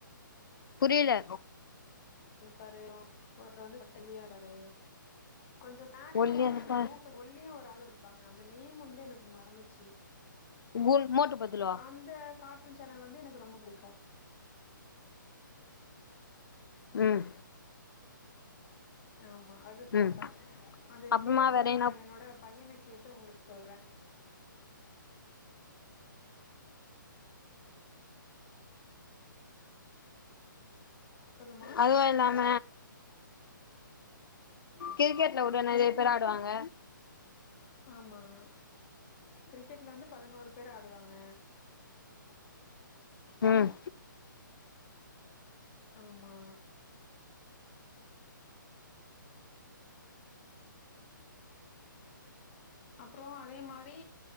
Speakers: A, on the left; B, on the left.
A: புரியல
B: இருப்பாரு ஒரு வந்துட்டலியாறாரு கொஞ்சோ ஃபேட்டா
A: ஒல்லியா
B: ஓரு
A: இருப்பா
B: ஆளு ஒல்லியா ஒரு ஆளு இருப்பாங்க அந்த நேம் வந்து எனக்கு மறந்துடுச்சு
A: குண் மோட்டு பத்துலுவா
B: அந்த கார்ட்டூன் சேனல் வந்து எனக்கு ரொம்ப பிடிக்கு
A: ம்
B: ஆமா அது பாரப்பே
A: ம்
B: அது
A: அப்புறமா
B: பேரு
A: வேற
B: கூட
A: என்ன
B: நா என்னோட பையனை கேட்டு உங்களுக்கு சொல்றே சொல்லுமா
A: அதுவு இல்லாம கிரிக்கெட்ல உட்ட நேறைய பேர் ஆடுவாங்க
B: ஆமாம் கிரிக்கெடில் வந்து பதினோரு பேர் ஆடுவாங்க
A: ம்
B: ஆமா அப்ற அதே மாரி